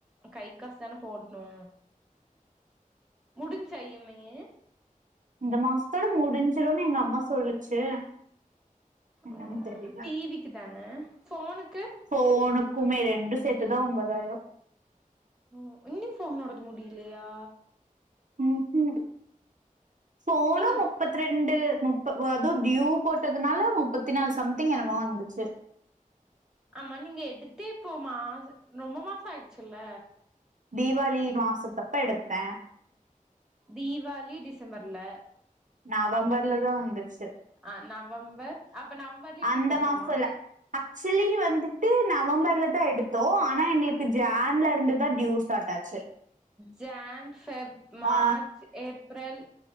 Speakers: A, in the centre; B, on the right (about 65°).
A: கை காசு தான போட்ணு முடிஞ்சா இ எம் ஐயு
B: இந்த மாசத்தோட முடிஞ்சிடும்ன்னு எங்கம்மா சொல்லுச்சு என்னன்னு
A: ஓ
B: தெரியல
A: டி விக்கு தான போனுக்கு
B: போன்னுக்குமே ரெண்டு சேத்துதா ஒம்பதாயிர
A: அ இன்னி போன்னோடது முடியலையா
B: ம் ம் போனு
A: நீங்க
B: மு முப்பத்தி ரெண்டு முப்ப அதுவு டியூ போட்டதுனால முப்பத்தி நாலு சம்திங் என்னமோ வந்துச்சு
A: ஆமா நீங்க எடுத்தே போமா ரொம்ப மாச ஆயிடுச்சுல்ல
B: தீபாளி மாசத்தப்ப எடுத்தே
A: தீவாளி டிசம்பர்ல
B: நவம்பர்ல தா வந்துச்சு
A: அ நவம்பர் அப்ப நவம்பர்லயே
B: அந்த
A: டியூ கட்ணுமா
B: மாசம் இல்ல ஆக்சுவலி வந்துட்டு நவம்பர்ல தா எடுத்தோ ஆனா எங்களுக்கு ஜான்ல இருந்து தா டியூ ஸ்டார்ட் ஆச்சு
A: ஜான் ஃபெப் மார்ச்
B: ஆ
A: ஏப்ரல்